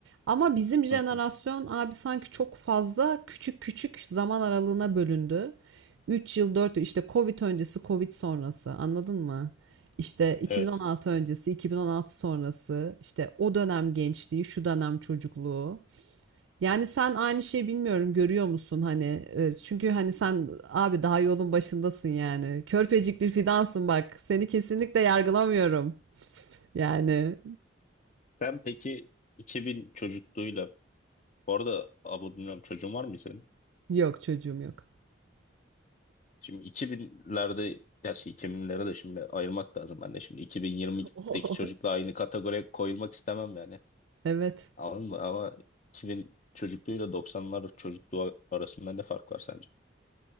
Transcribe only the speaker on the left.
Hı hı.
Evet.
Sen peki 2000 çocukluğuyla bu arada abla bilmiyorum çocuğun var mı senin?
Şimdi 2000'lerde gerçi 2000'lere de şimdi ayırmak lazım ben de şimdi 2020'deki
çocukla aynı kategoriye koyulmak istemem yani.
Anladın mı? Ama 2000 çocukluğuyla 90'lar çocukluğu arasında ne fark var sence?